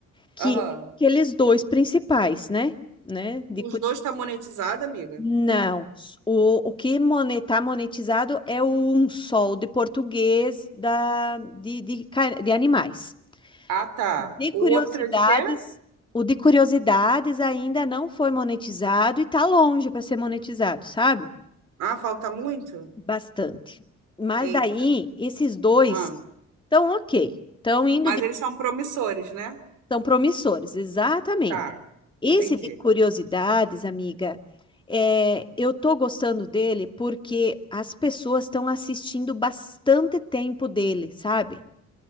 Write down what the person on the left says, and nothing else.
Que
é aqueles dois principais, né? Né? De
Curi-
Não. O, o que está monetizado é o um sol de português da, de, de, ca- de animais.
De
curiosidades,
o de curiosidades ainda não foi monetizado e tá longe para ser monetizado, sabe?
Bastante. Mas
daí, esses dois
estão ok, estão indo,
de,
estão promissores, exatamente.
Esse
de curiosidades, amiga, é, eu tô gostando dele porque as pessoas estão assistindo bastante tempo dele, sabe?